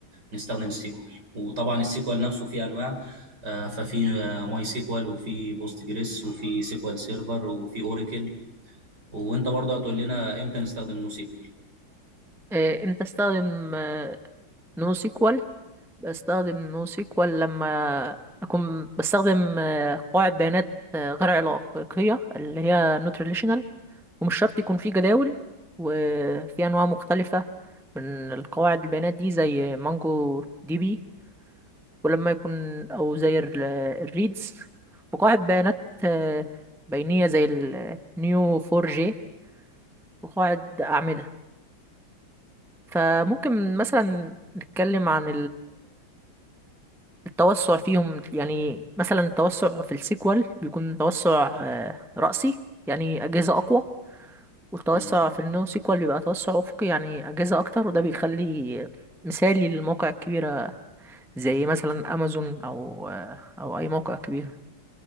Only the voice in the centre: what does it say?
آه، امتى استخدم آه، نو سيكوال بستخدم نو سيكوال لما اكون بستخدم آه، قواعد بيانات آه، غير علاقية اللي هي نوت ريليشنال ومش شرط يكون في جداول وفي انواع مختلفة من القواعد البيانات دي زي مانجو دي بي ولما يكون او زي ال- الريدز وقواعد بيانات آه، بينية زي النيو فور جي وقواعد أعمدة فممكن مثلا نتكلم عن التوسع فيهم يعني مثلا التوسع في السيكوال بيكون توسع آه، رأسي يعني أجهزة أقوى والتوسع
في النو سيكوال بيبقى توسع أفقي يعني أجهزة أكتر وده بيخلي مثالي للمواقع الكبيرة زي مثلا أمازون أو آه، أو أي موقع كبير